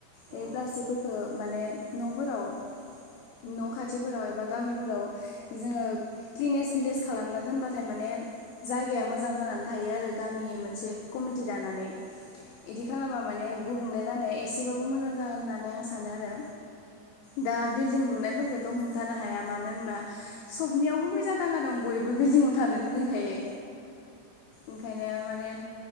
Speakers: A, on the right; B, on the left.
A: औ
B: बे
A: औ
B: प्लास्टिकफोरखौ माने न'फोराव न' खाथिफोराव एबा गामिफोराव जोङो क्लिनेस भिलेज खालामना दोनबाथाय माने जायगाया मोजां जानानै थायो आरो गामियै मोनसे कमिटि दानानै
A: औ
B: इदि खालामबा माने गुबुं ले जानाया एसेबाबो मोजां जागोन होननानै आं सानो आरो दा बिल्डिं लुनाय फोरखौथ हमथानो हाया मानो होनबा सबनियावबो फैसा थाखा दं बयबो बिल्डिंआव थानो लुुगैखायो। ओंखायनो माने